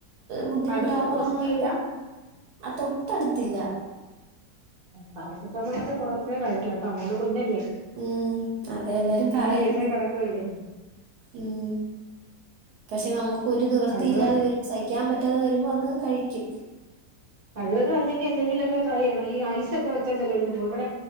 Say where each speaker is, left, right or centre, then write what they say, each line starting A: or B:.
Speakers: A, on the right; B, on the right.
A: ബുദ്ധിമുട്ടാകുമ്പോൾ
B: അടുത്തൊന്നും ഹോസ്പിറ്റലില്ല
A: നമ്മള് പെ തൊട്ടട് ത്തില്ല
B: പാരസെറ്റാമോൾ ഒക്കെ കൊറച്ചേ കഴി കേട്ടോ മോള് കുഞ്ഞല്ലേ?
A: ഉം അതേ എല്ലാരും
B: ഇങ്ങനെ
A: പറയും
B: ഏജായി കിടക്കുവല്ലേ
A: ഉം പക്ഷെ നമുക് ഒരു നിവൃത്തി
B: കഴിവതും
A: ഇല്ലാതെ വരുമ്പം സഹിക്കാൻ പറ്റ് പറ്റാതെ വരുമ്പോ അങ്ങ് കഴിക്കും
B: കഴിവതു അല്ലെങ്കി എന്തെങ്കിലു ഒക്കെ ട്രൈ ചെയ്യണം. ഈ ഐസ് ഒക്കെ വെച്ചാ ചെലേട്ത്ത് പോകും ഇവിടെ